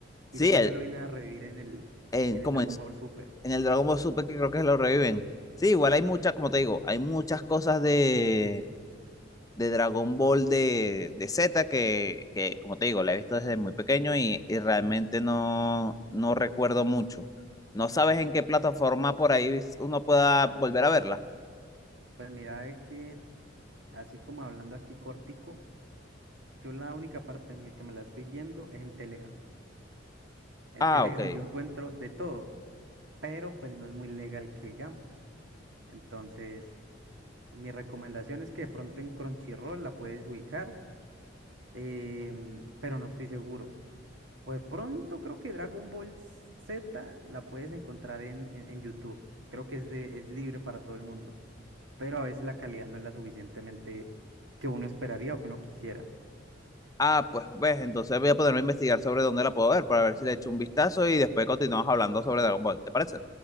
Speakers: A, on the left; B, on the right.
A: Sí,
B: y luego
A: el,
B: ya lo vienen a revivir en el,
A: en,
B: en
A: como
B: el Dragon
A: en,
B: Ball Super.
A: en el Dragon Ball Super, que creo que lo reviven. Sí, igual hay muchas, como te digo, hay muchas cosas de, de Dragon Ball de, de Z que, que, como te digo, la he visto desde muy pequeño y, y realmente no, no recuerdo mucho. No sabes en qué plataforma por ahí uno pueda volver a verla.
B: Pues mira, es que así como hablando aquí cortico, yo la única parte en la que me la estoy viendo es en Telegram. En
A: Ah,
B: <laughs> Telegram
A: ok.
B: yo encuentro de todo, pero pues no es muy legal que digamos. Entonces, mi recomendación es que de pronto en Crunchyroll la puedes ubicar em, pero no estoy seguro. O de pronto creo que Dragon Ball Z la puedes encontrar en, en, en YouTube. Creo que es, de, es libre para todo el mundo, pero a veces la calidad no es la suficientemente que uno esperaría o que uno quisiera.
A: Ah, pues ves, entonces voy a ponerme a investigar sobre dónde la puedo ver para ver si le echo un vistazo y después continuamos hablando sobre Dragon Ball. ¿Te parece?